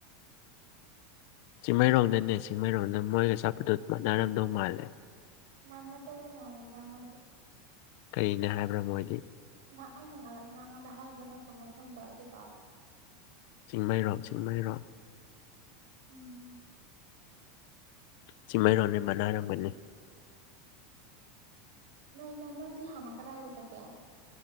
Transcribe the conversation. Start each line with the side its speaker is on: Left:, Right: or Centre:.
Left: ꯆꯤꯡꯃꯩꯔꯣꯡꯗꯅꯦ ꯆꯤꯡꯃꯩꯔꯣꯡꯗ ꯃꯣꯏꯒ ꯆꯠꯄꯗꯨ ꯃꯥꯟꯅꯔꯝꯗꯧ ꯃꯥꯜꯂꯦ
Right: ꯃꯥꯟꯅꯗꯕ ꯃꯥꯜꯂꯦꯗ ꯃꯣꯏꯗꯨ
Left: ꯀꯩꯅꯦ ꯍꯥꯏꯕ꯭ꯔꯥ ꯃꯣꯏꯗꯤ
Right: ꯃꯥ ꯑꯩꯅ ꯉꯔꯥꯡ ꯅꯪꯉꯣꯟꯗ ꯍꯥꯏꯕ ꯅꯠꯇ꯭ꯔꯣ ꯃꯐꯝꯗꯣ ꯑꯩꯗꯤ ꯀꯥꯎ
Left: ꯆꯤꯡꯃꯩꯔꯣꯡ ꯆꯤꯡꯃꯩꯔꯣꯡ
Right: ꯎꯝ
Left: ꯆꯤꯡꯃꯩꯔꯣꯡꯅꯦ ꯃꯟꯅꯔꯝꯒꯅꯤ
Right: ꯅꯣꯏꯅ ꯅꯣꯏꯗꯤ ꯍꯥꯟꯅ ꯀꯗꯥꯥꯏꯗ ꯆꯥꯠꯒꯦ